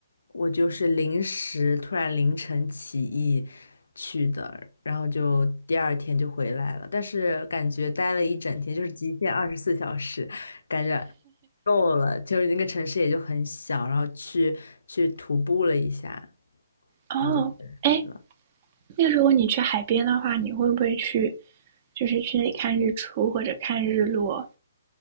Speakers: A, on the left; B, on the right.
A: 我就是临时突然凌晨起意去的，然后就第二天就回来了，但是感觉待了一整天，就是极限二十四小时，感觉够了，就是那个城市也就很小，然后去去徒步了一下，
B: 哦，哦哎，
A: 然后就回来了。
B: 那如果你去海边的话，你会不会去，就是去那里看日出或者看日落？